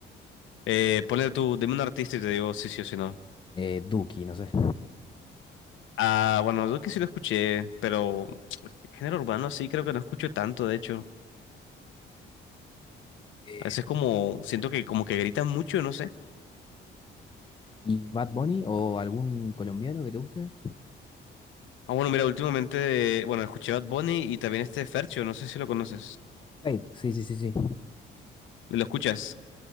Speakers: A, on the left; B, on the left.
A: Eh, ponle tú, dime un artista y te digo si sí o si no.
B: Eh, Duki, no sé.
A: Ah, bueno, yo que sí lo escuché, pero género urbano sí creo que no escucho tanto, de hecho.
B: Eh,
A: A veces como, siento que como que gritan mucho, no sé.
B: ¿Y Bad Bunny o algún colombiano que te guste?
A: Ah, bueno, mira, últimamente, eh, bueno, escuché Bad Bunny y también este Fercho, no sé si lo conoces.
B: Fate, sí, sí, sí, sí.
A: ¿Lo escuchas?